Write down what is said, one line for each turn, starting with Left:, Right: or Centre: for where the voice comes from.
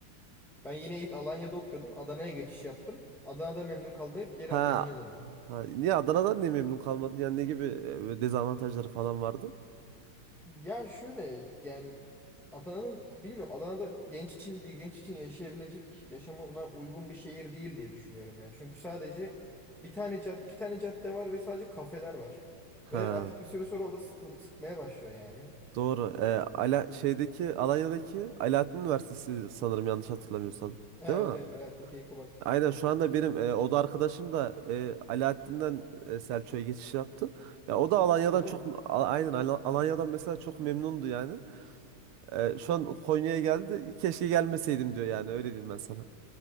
Centre: Ben yine ilk Alanya'da okuyordum. Adana'ya geçiş yaptım. Adana'da memnun kalmayıp geri
Right: Ha.
Centre: Alanya'ya döndüm.
Right: Ha. Niye Adana'dan niye memnun kalmadın? Yani ne gibi e, böyle dezavantajları falan vardı?
Centre: Ya şöyle yani Adana'nın bilmiyorum Adana'da genç için bir genç için yaşayabilecek yaşamına uygun bir şehir değil diye düşünüyorum yani. Çünkü sadece bir tane cad iki tane cadde var ve sadece kafeler var.
Right: Ha.
Centre: Ve artık bir süre sonra o da sıkıl- sıkmaya başlıyor yani.
Right: Doğru. Ee, Ala şeydeki Alanya'daki Alaaddin Üniversitesi sanırım yanlış hatırlamıyorsam.
Centre: Evet
Right: Değil mi?
Centre: evet Alaaddin Keykubat.
Right: Aynen
Centre: Evet.
Right: şu anda benim e, oda arkadaşım da e, Alaaddin'den e, Selçuk'a geçiş yaptı. Ya o da Alanya'dan
Centre: Öyle
Right: çok
Centre: mi?
Right: A- aynen Ala- Alanya'dan mesela çok memnundu yani. E, şu
Centre: Hı hı.
Right: an Konya'ya geldi. Keşke gelmeseydim diyor yani öyle diyeyim ben sana.